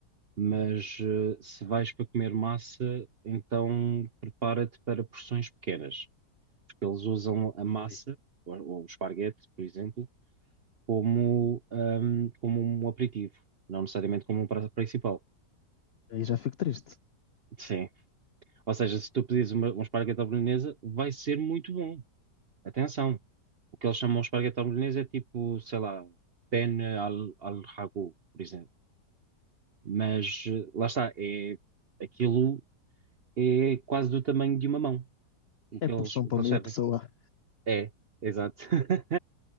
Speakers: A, on the right; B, on the left.
A: mas eh, se vais para comer massa, então prepara-te para porções pequenas, porque eles usam a massa,
B: ui,
A: ou, ou o esparguete, por exemplo como, ahm, como um aperitivo, não necessariamente como um prato principal.
B: aí já fico triste.
A: Sim. Ou seja, se tu pedires uma, um esparguete à bolonhesa, vai ser muito bom. Atenção. O que eles chamam de esparguete à bolonhesa é tipo, sei lá, penne al, al ragu, por exemplo. Mas eh, lá está, é, aquilo é quase do tamanho de uma mão, o
B: É
A: que
B: porção
A: eles, o
B: para
A: que
B: meia
A: eles servem.
B: pessoa.
A: É, exato. <laughs>